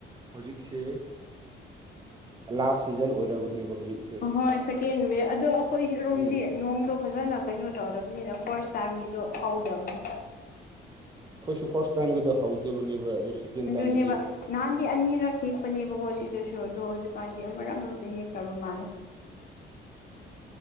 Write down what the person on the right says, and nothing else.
ꯍꯧꯖꯤꯛꯁꯦ ꯂꯥꯁ ꯁꯤꯖꯟ ꯑꯣꯏꯔꯕꯅꯦꯕ ꯍꯧꯖꯤꯛꯁꯦ
ꯎꯝ
ꯑꯩꯈꯣꯏꯁꯨ ꯐꯥꯔꯁ ꯇꯥꯏꯝꯒꯗ ꯍꯧꯗꯕꯅꯦꯕ ꯑꯗꯣ ꯁꯦꯀꯦꯟ
ꯇꯥꯏꯝꯗꯗꯤ